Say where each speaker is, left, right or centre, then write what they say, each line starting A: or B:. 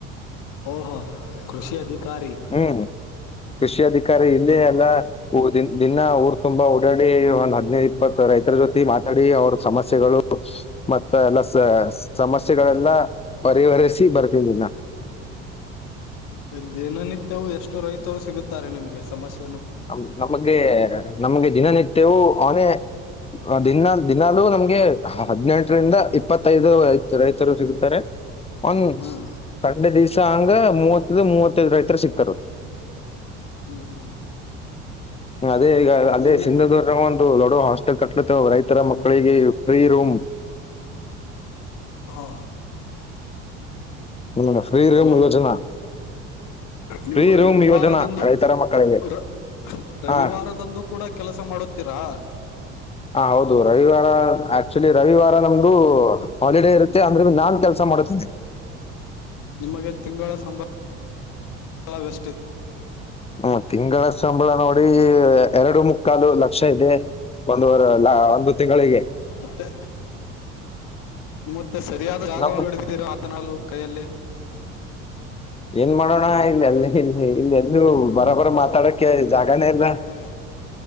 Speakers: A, on the left (about 60°); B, on the left (about 15°).
A: ಓಹೋ ಕೃಷಿ ಅಧಿಕಾರಿ.
B: ಹ್ಮ್ ಕೃಷಿ ಅಧಿಕಾರಿ ಇಲ್ಲೇ
A: ಮತ್
B: ಎಲ್ಲಾ ಉ ದಿನ್ನಾ ಊರು ತುಂಬಾ ಓಡಾಡ ಏ ಒಂದ್ ಹದಿನೈದು ಇಪ್ಪತ್ತು ರೈತರ ಜೊತಿ ಮಾತಾಡಿ ಅವ್ರ ಸಮಸ್ಯೆಗಳು ಮತ್ತ ಎಲ್ಲ ಸ ಸಮಸ್ಯೆಗಳೆಲ್ಲ ಪರಿಹರಿಸಿ ಬರ್ತಿದಿನ್ನ.
A: ಮೆ ದಿನನಿತ್ಯವು ಎಷ್ಟು ರೈತರು ಸಿಗುತ್ತಾರೆ ನಿಮ್ಗೆ ಸಮಸ್ಯೆ
B: ನಮ್ ನಮಗೆ ನಮ್ಗೆ ದಿನನಿತ್ಯವೂ ಅವನೇ ದಿನಾ ದಿನಾಲೂ ನಮ್ಗೆ ಹದ್ನೆಂಟರಿಂದ ಇಪ್ಪತ್ತೈದು ರೈತರು ಸಿಗುತ್ತಾರೆ ಒಂದ
A: ಹ್ಮ್
B: ಸಂಡೆ ದಿವ್ಸ ಹಂಗ ಮೂವತ್ತಿಲ್ಲ ಮೂವತ್ತೈದು ರೈತರ ಸಿಕ್ತಾರ.
A: ಹ್ಮ್ ಹ್ಮ್
B: ಅದೇ ಈಗ ಅದೇ
A: ನೀವು
B: ಸಿಂಧನೂರ್ನಗ ಒಂದು ದೊಡ್ಡ ಹಾಸ್ಟೆಲ್ ಕಟ್ಲತ್ತ ರೈತರ ಮಕ್ಕಳಿಗೆ ಫ್ರೀ ರೂಮ್
A: ಹಾ
B: ಹ್ಮ ಫ್ರೀ ರೂಮ್
A: ಹಲೋ
B: ಯೋಜನಾ.
A: ನೀವು
B: ಫ್ರೀ
A: ರವಿವಾರದಂದು
B: ರೂಮ್ ಯೋಜನಾ ರೈತರ ಮಕ್ಕಳಿಗೆ
A: ರ ರವಿವಾರದಂದು
B: ಹಾ
A: ಕೂಡ ಕೆಲಸ ಮಾಡುತ್ತೀರಾ.
B: ಹ ಹೌದು ರವಿವಾರ ಆಕ್ಚುಲಿ ರವಿವಾರ ನಮ್ದು ಹಾಲಿಡೇ ಇರುತ್ತೆ ಅಂದ್ರನು ನಾನ್ ಕೆಲಸ ಮಾಡತೇನೆ.
A: ನಿಮಗೆ ತಿಂಗಳ <unintelligible> ವೆಷ್ಟಿದೆ.
B: ಹ್ಮ ತಿಂಗಳ ಸಂಬಳ ನೋಡಿ ಎರಡು ಮುಕ್ ಕಾಲು ಲಕ್ಷ ಇದೆ ಒಂದವರೆ ಅಲ್ಲ ಒಂದು ತಿಂಗಳಿಗೆ.
A: ಮತ್ತೆ ಮುತ್ತೆ ಸರಿಯಾದ ರಾಗವನ್ನು
B: ನಮ್
A: ಹಿಡಿದಿದೀರ ಆತನಲ್ಲು ಕೈಯಲ್ಲಿ.
B: ಏನ್ ಮಾಡೋಣ
A: ಮಾತಾಡ
B: ಇಲ್ಲಿ
A: <unintelligible>
B: ಅಲ್ಲಿ ಇಲ್ಲಿ ಇಲ್ಲಿ ಎಲ್ಲೂ ಬರಬರ ಮಾತಾಡಕ್ಕೆ ಜಾಗಾನೇ ಇಲ್ಲ